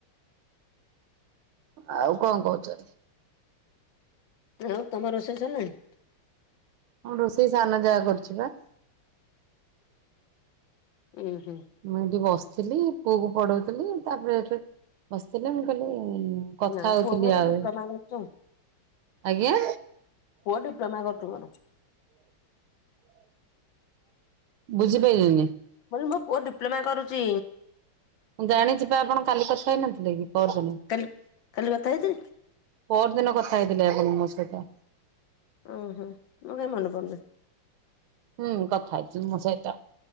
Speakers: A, on the right; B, on the left.
A: ଆଉ କଣ କହୁଛନ୍ତି?
B: ଏ ହ ତମ ରୋଷେଇ ସରିଲାଣି?
A: ହଁ ରୋଷେଇ ସାନ ଯା କରୁଛି ବା।
B: ଉୁଁ ହୁଁ।
A: ମୁଁ ଏଠି ବସିଥିଲି ପୁଅ କୁ ପଢଉଥିଲି ତାପରେ ଏଠି ବସିଥିଲେ ମୁଁ କହିଲି-ଇ-ଇ-ଇ କଥା
B: ନା
A: ହଉଥିଲି
B: ପୁଅ ମୋର
A: ଆଏ,
B: ଡିପ୍ଲୋମା କରୁଛି
A: ଆଜ୍ଞା?
B: ପୁଅ ଡିପଲୋମା କରୁଛି ମୋର।
A: ବୁଝିପାରଇଲିନି।
B: କହିଲି ମମୋ ପୁଅ ଡିପ୍ଲୋମା କରୁଛି।
A: ମୁଁ ଜାଣିଛି ପା ଆପଣ କାଲି କଥା ହେଇନଥିଲେ କି ପରଦିନ।
B: କାଲି କାଲି କଥା ହେଇଥିଲେ
A: ପଅର ଦିନ କଥା ହେଇଥିଲେ ଆପଣ ମୋ ସହିତ।
B: ଓ ହୋ। ମୋର କାଇ ମନେ ପଡୁନି।
A: ହୁଁ, କଥା ହେଇଥିଲ ମମୋ ସହିତ